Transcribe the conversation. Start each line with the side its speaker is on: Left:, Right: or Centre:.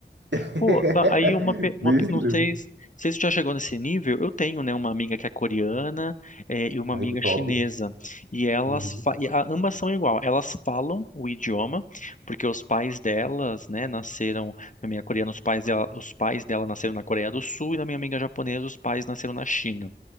Right: <laughs>
Left: Pô, tá, aí uma, pe-
Right: Bem
Left: uma, pe-
Right: estranho.
Left: não sei se se isso já chegou nesse nível, eu tenho, né, uma amiga que é coreana, eh, e uma
Right: Olha
Left: amiga
Right: que top.
Left: chinesa, e elas,
Right: Uhum,
Left: fa- e a- ambas são igual, elas falam o idioma, porque os pais delas, né, nasceram, na minha coreana, os pais dela, os pais dela nasceram na Coreia do Sul, e na minha amiga japonesa, os pais nasceram na China.